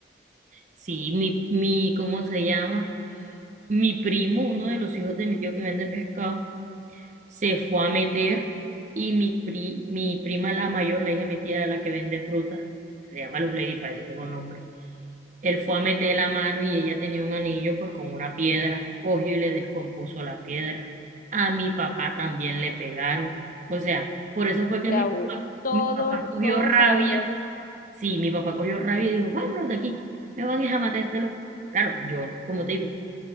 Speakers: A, on the right (about 45°); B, on the left (about 50°).
A: Sí, mi, mi, ¿cómo se llama? Mi primo, uno de los hijos de mi tío que vende pescado, se fue a meter y mi, pri- mi prima, la mayor, la hija de mi tía, la que vende fruta, que se llama Luz Lady, parecida con nombre, él fue a meter la mano y ella tenía un anillo pues con una piedra, cogió y le descompuso la piedra. A mi papá también le pegaron. O sea, por eso fue que
B: sea,
A: mi papá,
B: o- todo,
A: mi papá cogió
B: todos
A: rabia.
B: salieron
A: Sí, mi papá cogió rabia y dijo, vámonos de aquí, me van a matar a este loco. Claro, yo, como te digo,